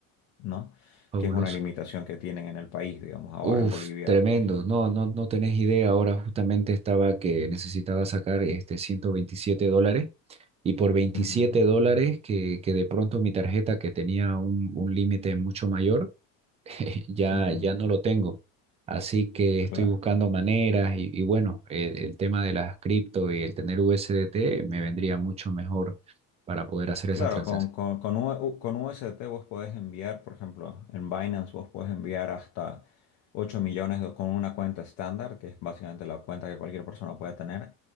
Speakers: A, on the left (about 50°); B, on the right (about 20°).
A: ¿no?
B: fabuloso.
A: Que es una limitación que tienen en el país, digamos, ahora
B: Uf,
A: en Bolivia.
B: tremendo. No, no, no tenés idea. Ahora justamente estaba que necesitaba sacar este 127 dólares y por veintisiete
A: Ujú,
B: dólares que, que de pronto mi tarjeta que tenía un, un límite mucho mayor, <laughs> ya,
A: ujú,
B: ya no lo tengo. Así que estoy
A: claro.
B: buscando maneras y, y bueno, el, el tema de las cripto y el tener USDT me vendría mucho mejor para poder hacer
A: Claro,
B: esas transacciones.
A: con, con, con, U- con UST vos podés enviar, por ejemplo, en Binance vos podés enviar hasta 8 millones de- con una cuenta estándar, que es básicamente la cuenta que cualquier persona puede tener.